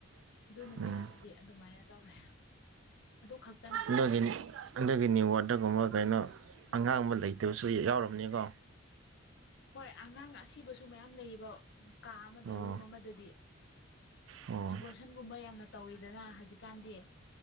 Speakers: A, on the left (about 60°); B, on the right (about 70°).
A: ꯑꯗꯨ ꯅꯨꯃꯤꯠ
B: ꯎꯝ
A: ꯑꯃꯗꯤ ꯑꯗꯨꯃꯥꯏꯅ ꯇꯧꯋꯦ ꯑꯗꯨ ꯈꯛꯇꯅꯦ
B: <unintelligible> ꯑꯗꯨꯒꯤꯅꯤ ꯋꯥꯔꯗꯒꯨꯝꯕ ꯀꯩꯅꯣ ꯑꯉꯥꯡꯕ ꯂꯩꯇꯕꯁꯨ ꯌꯥꯎꯔꯝꯅꯤꯀꯣ
A: ꯍꯣꯏ ꯑꯉꯥꯡ ꯑꯁꯤꯕꯁꯨ ꯃꯌꯥꯝ ꯂꯩꯌꯦꯕ ꯀꯥ ꯑꯃꯗ
B: ꯑꯣ
A: ꯔꯨꯝ ꯑꯃꯗꯗꯤ
B: ꯑꯣ
A: ꯑꯦꯕꯣꯔꯁꯟꯒꯨꯝꯕ ꯌꯥꯝꯅ ꯇꯧꯋꯤꯗꯅ ꯍꯧꯖꯤꯛꯀꯥꯟꯗꯤ